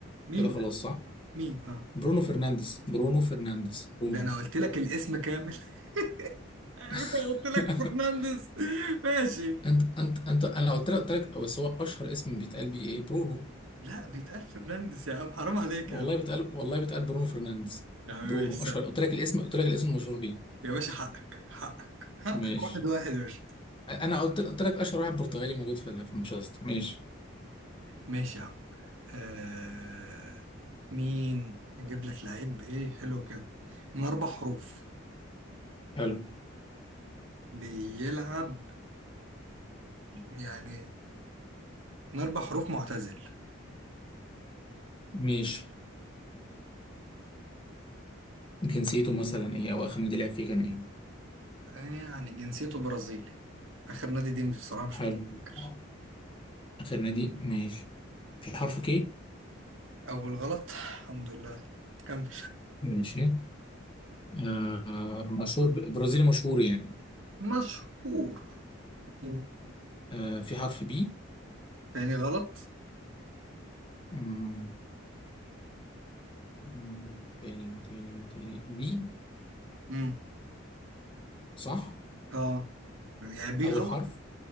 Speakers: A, on the right (about 75°); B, on the left (about 25°).
A: مين
B: كده خلاص
A: ده
B: صح
A: مين اه
B: برونو فرنانديز برونو فرنانديز برونو
A: ده انا قلت لك الاسم كامل <laughs> على
B: <laughs>
A: فكرة قلت لك فرنانديز ماشي
B: انت انت انت انا قلت لك قلت لك بس هو اشهر اسم بيتقال بيه ايه برونو
A: لا بيتقال فرنانديز يا عم حرام عليك
B: والله
A: يا عم
B: بيتقال والله بيتقال برونو فرنانديز
A: يا عم
B: برونو
A: ماشي سلام
B: اشهر قلت لك الاسم قلت لك الاسم المشهور بيه
A: يا باشا حقك حقك حقك
B: ماشي
A: واحد واحد يا باشا
B: انا قلت قلت لك اشهر واحد برتغالي موجود في في مانشستر ماشي
A: ماشي يا عم آه... مين اجيب لك لعيب ايه حلو كده من اربع حروف
B: حلو
A: بيلعب يعني من اربع حروف معتزل
B: ماشي جنسيته مثلا ايه او اخر نادي لعب فيه كان ايه
A: يعني جنسيته برازيلي اخر نادي دي بصراحة مش
B: حلو
A: متذكر
B: آه. اخر نادي ماشي في حرف كي
A: أول غلط الحمد لله كمل
B: ماشي آه مشهور ب- برازيلي مشهور يعني
A: مشهور مم.
B: آه في حرف بي
A: تاني غلط
B: مم، مم، تاني من تاني من تاني دي
A: مم.
B: صح
A: اه يعني بي
B: أول
A: غلط
B: حرف